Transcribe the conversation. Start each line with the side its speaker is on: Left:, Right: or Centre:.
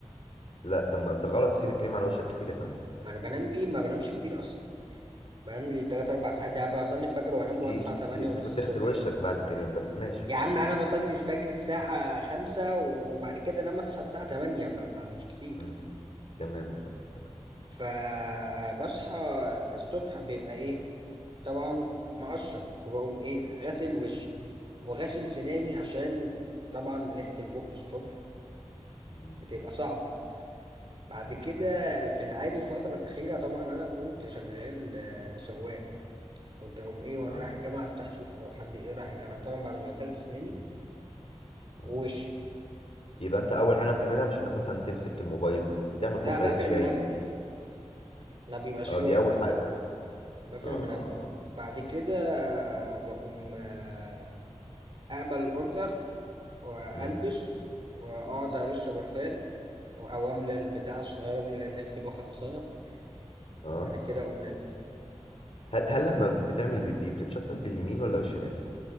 Left: لا طب ما أنت غلط تسيب الكريم على وشك كتير يا فندم
Right: ما انا بنام بيه ما بنامش كتير اصلا بنام لي 3 4 ساعات يا عم بصلي الفجر وانام
Left: كتير
Right: واصحى 8
Left: كتير المفروض
Right: ونص الصبح
Left: تغسل وشك بعد الكريم بس ماشي
Right: يا
Left: ماشي
Right: عم انا
Left: ماشي
Right: بصلي الفجر الساعة 5 وبعد كده انام اصحى الساعة 8 فما مش كتير
Left: مم. تمام يا فندم تمام
Right: فبصحى الصبح بيبقى ايه طبعا مقشر فبقوم ايه غسل وشي وغسل سناني عشان طبعا ريحة البق الصبح
Left: مم.
Right: بتبقى صعبة بعد
Left: ممكن
Right: كده في العادي الفترة الأخيرة طبعا أنا كنت شغال آه، سواق كنت أقوم إيه وأنا
Left: اه
Right: رايح الجامعة أفتح أشوف لو حد إيه رايح الجامعة طبعا بعد ما غسلت أسناني
Left: مم. اه
Right: ووشي
Left: يبقى انت اول حاجه بتعملها مش انك مثلا تمسك الموبايل تعمل كوبايه
Right: لا بقفل
Left: شاي
Right: المنبه ما بيبقاش
Left: اه
Right: فيه
Left: دي
Right: وقت
Left: اول حاجه
Right: بقفل
Left: اه
Right: المنبه
Left: اه
Right: أهو
Left: اه
Right: بعد كده بقوم آه، أقبل الأوردر وألبس
Left: مم.
Right: وأقعد أرش برفان أو أملى البتاعة الصغيرة دي لأنها بتبقى خلصانة
Left: اه
Right: بعد كده أقوم نازل
Left: هل هل لما بتعمل بيبي بتتشطف باليمين ولا بالشمال